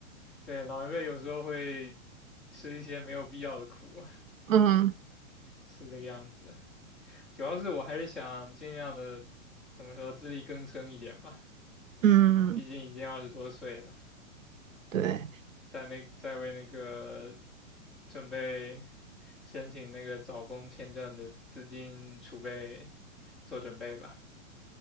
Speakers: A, in the centre; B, on the right.
A: 对，老一辈有时候会吃一些没有必要的苦，
B: 嗯
A: 是这个样子。主要是我还是想尽量的，怎么说，自力更生一点吧。
B: 嗯，
A: 毕竟已经二十多岁了，
B: 对，
A: 在那在为那个准备申请那个找工签证的资金储备做准备吧。